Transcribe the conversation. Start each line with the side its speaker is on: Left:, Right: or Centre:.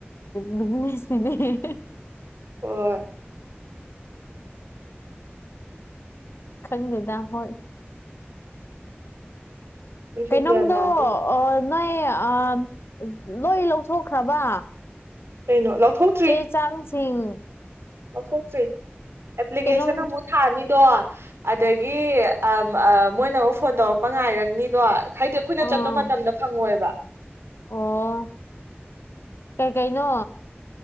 Left: ꯕꯤꯖꯤꯅꯦꯁ ꯅꯤꯅꯦ
Right: ꯍꯣꯏ
Left: ꯈꯪꯗꯦꯗ ꯍꯣꯏ
Right: ꯑꯩꯁꯨ
Left: ꯀꯩꯅꯣꯝꯗꯣ
Right: ꯒ꯭ꯌꯥꯟ ꯇꯥꯗꯦ
Left: ꯑꯥ ꯅꯣꯏ ꯑꯥ ꯂꯣꯏꯟ ꯂꯧꯊꯣꯛꯈ꯭ꯔꯕ
Right: ꯀꯩꯅꯣ ꯂꯧꯊꯣꯛ
Left: ꯆꯦ ꯆꯥꯡ ꯁꯤꯡ
Right: ꯂꯧꯊꯣꯛꯇ꯭ꯔꯤ ꯑꯦꯄ꯭ꯂꯤꯀꯦꯁꯟ
Left: ꯀꯩꯅꯣꯝ
Right: ꯑꯃꯨꯛ ꯊꯥꯅꯤꯗꯣ ꯑꯗꯥꯒꯤ ꯑꯥ ꯃꯣꯏꯅ ꯑꯃꯨꯛ ꯐꯣꯟ ꯇꯧꯔꯛꯄ ꯉꯥꯏꯔꯅꯤꯗꯣ ꯍꯥꯏꯗꯤ ꯑꯩꯈꯣꯏꯅ
Left: ꯑꯥ
Right: ꯆꯠꯄ ꯃꯇꯝꯗ ꯐꯪꯉꯣꯏꯕ
Left: ꯑꯣ ꯀꯩ ꯀꯩꯅꯣ